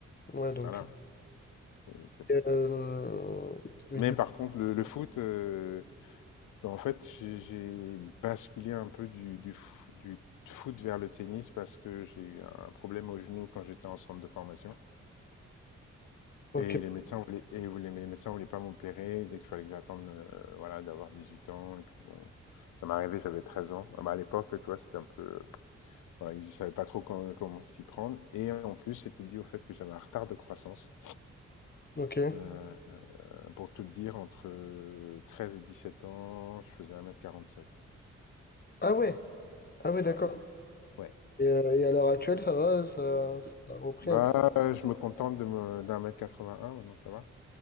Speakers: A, on the left; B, on the left.
A: Ouais, donc.
B: Voilà, c'est c'est
A: euh, oui,
B: mais
A: du-
B: par contre, le le foot, euh, Ben, en fait, j'ai j'ai basculé un peu du, du, fo- du foot vers le tennis parce que j'ai eu un problème au genou quand j'étais en centre de formation.
A: Ok,
B: Et les médecins voulaient, et voulaient- mais les médecins voulaient pas m'opérer, ils disaient qu'il fallait que j'attende euh, voilà, d'avoir 18 ans. Et puis bon, ça m'est arrivé, j'avais 13 ans. Ah ben, à l'époque, toi, c'était un peu. euh, voilà, ils ne savaient pas trop com- comment s'y prendre. Et en plus, c'était dû au fait que j'avais un retard de croissance.
A: ok.
B: Euh, pour tout te dire, entre euh, 13 et 17 ans, je faisais 1m47.
A: Ah ouais, ah ouais, d'accord.
B: Ouais, ouais.
A: Et, euh, et à l'heure actuelle, ça va, ça, ça a repris
B: Bah,
A: un peu.
B: euh, je me contente de me d'un mètre quatre-vingt-un. maintenant, ça va.